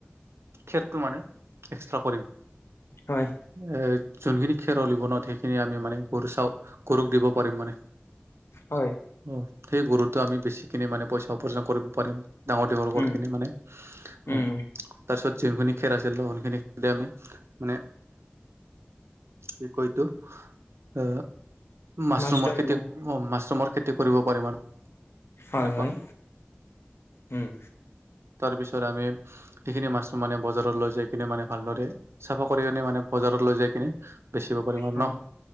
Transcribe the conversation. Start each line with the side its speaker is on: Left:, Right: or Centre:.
Right: খেৰটো মানে এক্সট্ৰা কৰিম।
Left: হয়।
Right: এ, যোনখিনি খেৰ ওলাব না, সেইখিনি আমি মানে গৰু চাও, গৰুক দিব পাৰিম মানে।
Left: হয়।
Right: অ', সেই গৰুতো আমি বেছি- কিনে মানে পইচা উপাৰ্জন কৰিব পাৰিম, ডাঙৰ-দীঘল কৰি
Left: উম,
Right: কিনে মানে। অ',
Left: উম,
Right: তাৰ পিছত যোনখিনি খেৰ আছিল, সোনখিনি খেৰ আমি মানে, কি কয় এইটো? এ, মাছৰুমৰ
Left: মাছৰুম
Right: খেতি অ', মাছৰুমৰ খেতি কৰিব পাৰিম আৰু।
Left: হয়,
Right: সেনেকুৱা,
Left: হয়, উম।
Right: তাৰপিছত আমি যিখিনি মাছৰুম মানে বজাৰত লৈ যাই কিনে, মানে ভালদৰে চাফা কৰি কিনে মানে বজাৰত লৈ যাই কিনে বেচিব পাৰিম আৰু
Left: হয়,
Right: ন।